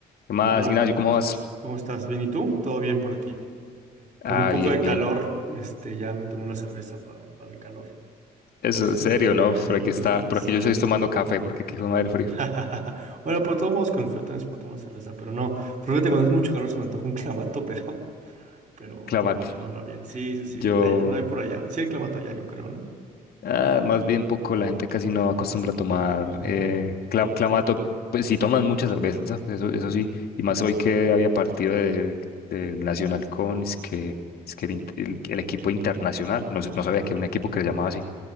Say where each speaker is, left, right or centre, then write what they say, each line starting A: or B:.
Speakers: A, on the left; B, on the right.
A: ¿Qué más,
B: Hola,
A: Ignacio? ¿Cómo vas?
B: ¿cómo estás? ¿Bien? ¿Y tú? Todo bien por aquí. Con
A: Ah,
B: un poco
A: bien,
B: de
A: bien.
B: calor, este, ya me tomé una cerveza para, para el calor.
A: Eso,
B: Este,
A: en serio, ¿no? Por aquí está, por
B: sí.
A: aquí yo estoy tomando café porque aquí hijo de madre frío.
B: <laughs> Bueno, por todos modos, con el frío también se puede tomar cerveza, pero no. Fíjate, cuando es mucho calor se me antoja un clamato, <laughs> pero, pero,
A: Clamato.
B: pero no, no había. Sí, sí, sí,
A: Yo
B: hay- no hay por allá. Sí hay clamato allá, yo creo, ¿no?
A: Ah, más bien poco, la gente casi no acostumbra a tomar
B: Ok,
A: eh, cla- clamato. Pues sí toman mucha cerveza, eso, eso sí. Y más hoy que había partido del del Nacional con es que, es que el, int- el- el equipo internacional. No, sé- no sabía que había un equipo que se llamaba así.